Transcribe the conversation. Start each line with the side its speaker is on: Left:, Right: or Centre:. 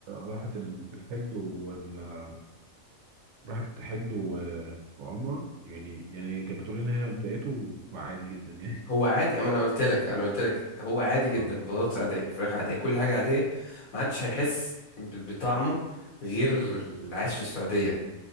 Right: راحت ال- الحج وال آه، راحت حج و- وعمرة يعني يعني كانت بتقول لي ان هي بدايته عادي جدا يعني
Left: هو عادي
Right: <laughs>
Left: أما أنا قلت لك
Right: بس
Left: أنا قلت لك هو عادي جدا
Right: اه
Left: بطاطس عادية فراخ عادية كل حاجة عادية ما حدش هيحس ب- بطعمه غير اللي عايش في السعودية